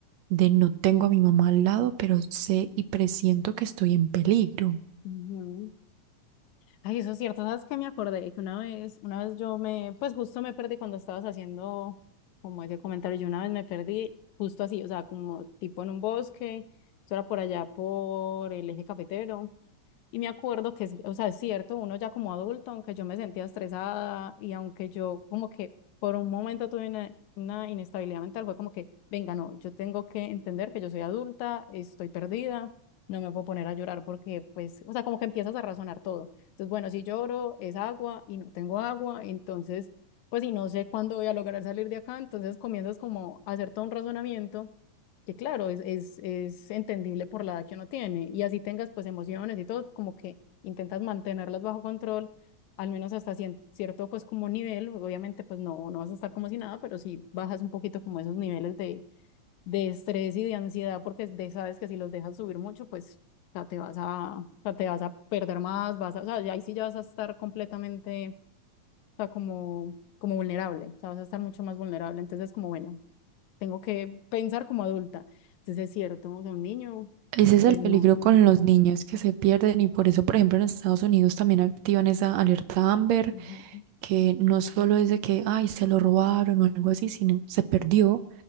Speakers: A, on the right; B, on the left.
A: de no tengo a mi mamá al lado, pero sé y presiento que estoy en peligro.
B: Ujú. Ay, eso es cierto, sabes que me acordé que una vez, una vez yo me, pues justo me perdí cuando estabas haciendo como ese comentario, yo una vez me perdí justo así, o sea, como tipo en un bosque, eso era por allá por el eje cafetero, y me acuerdo que, es, o sea, es cierto, uno ya como adulto, aunque yo me sentía estresada y aunque yo como que por un momento tuve una, una inestabilidad mental, fue como que, venga, no, yo tengo que entender que yo soy adulta, estoy perdida, no me puedo poner a llorar porque, pues, o sea, como que empiezas a razonar todo. Entonces, bueno, si lloro es agua y no tengo agua, entonces, pues, y no sé cuándo voy a lograr salir de acá, entonces comienzas como a hacer todo un razonamiento que claro, es, es, es entendible por la edad que uno tiene. Y así tengas pues emociones y todo, como que intentas mantenerlas bajo control, al menos hasta cien- cierto pues como nivel. Obviamente pues no, no vas a estar como si nada, pero sí bajas un poquito como esos niveles de, de estrés y de ansiedad, porque de, sabes que si los dejas subir mucho, pues o sea, te vas a, o sea, te vas a perder más, vas a, o sea, ya- ahí sí ya vas a estar completamente, o sea, como, como vulnerable, o sea, vas a estar mucho más vulnerable. Entonces como bueno tengo que pensar como adulta. Entonces es cierto, o sea, un niño,
A: Ese es
B: pues
A: el peligro
B: no, no,
A: con los niños que se pierden y por eso, por ejemplo, en Estados Unidos también activan esa alerta Amber,
B: no,
A: que no solo es de que, ay, se lo robaron o algo así, sino se perdió,